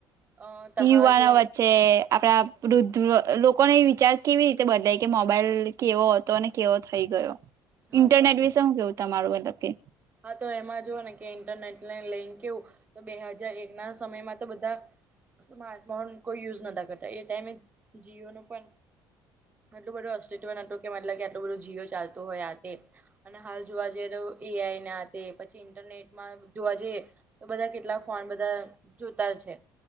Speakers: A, on the right; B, on the right.
A: અ ત
B: યુવાનો
A: જે
B: વચ્ચે આપડા વૃદ્ધ લોકોને વિચાર કેવી રીતે બદલાય કે મોબાઈલ કેવો હતો અને કેવો થઈ ગયો
A: હા
B: ઇન્ટરનેટ વિશે હુ કેવું તમારું મતલબ કે
A: હ તો એમાં જુઓ ને કે ઇન્ટરનેટ લે લેન્ક કેવું તો બે હાજાર એક ના સમયમાં તો બધા સ્માર્ટફોન કોઈ યુઝ નતા કરતા એ ટાઈમે જીઓ નુ પન એટલું બધું અસ્તિત્વ નતું કે મતલબ કે આટલું બધું જીઓ ચાલતું હોય આ તે અને હાલ જોવા જઈએ તો એઆઈ ના તે પછી ઇન્ટરનેટમાં જોવા જઈએ તો બધા કેટલા ફોન બધા જોતા છે.